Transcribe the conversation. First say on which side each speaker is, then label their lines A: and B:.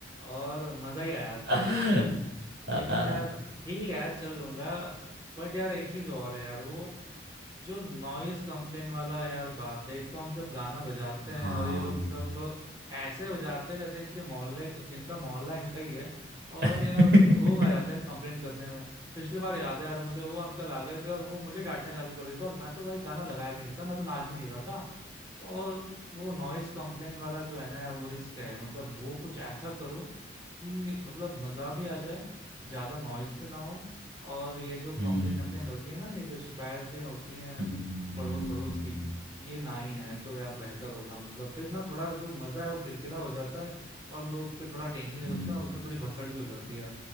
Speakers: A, on the right; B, on the right.
A: और मजा ही आ जाता
B: <laughs>
A: है लेकिन
B: आ,
A: लेकिन यार ठीक है यार चल लूंगा बट यार एक चीज और है यार वो जो नॉइस कंप्लेंट वाला यार बात है एक तो हम जब गाना बजाते हैं
B: हाँ
A: और ये लोग सब ऐसे बजाते हैं जैसे इनके मोहल्ले इनका मोहल्ला इनका ही है और
B: <laughs>
A: यार लोग आ जाते हैं यार कंप्लेंट करने में पिछली बार याद है यार मुझे वो अंकल आ गए थे और वो मुझे डांटना चालू कर दिया था और मैं तो भाई गाना लगाया भी नहीं था मैं तो नाच भी नहीं रहा था और वो नॉइस कंप्लेंट वाला जो है ना यार, वो रिस्क है मतलब वो कुछ ऐसा करो कि मतलब मजा भी आ जाए ज्यादा नॉइस भी ना हो और ये जो कंप्लेंट
B: हम्म,
A: अप्लेंट होती है ना ये जो शिकायतें होती हैं
B: हम्म,
A: पड़ोस पड़ोस
B: हम्म,
A: की ये ना ही आए तो यार बेहतर होगा मतलब फिर ना थोड़ा जो मजा है वो किरकिरा हो जाता है और लोग फिर थोड़ा टेंशन लेने
B: हम्म।
A: लगते हैं और उसमें थोड़ी भसड़ भी हो जाती है यार।